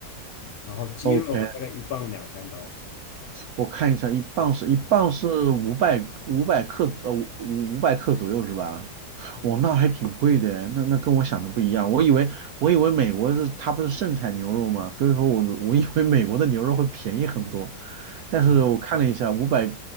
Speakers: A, on the left; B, on the right.
A: 然后鸡肉的话，
B: OK，
A: 大概一磅两三刀。
B: 我看一下，一磅是一磅是五百五百克，呃，五五百克左右是吧？
A: 嗯
B: 哇，那还挺贵的，那那跟我想的不一样。我以为我以为美国是它不是盛产牛肉吗？所以说我我以为美国的牛肉会便宜很多，但是我看了一下，
A: 嗯，
B: 五百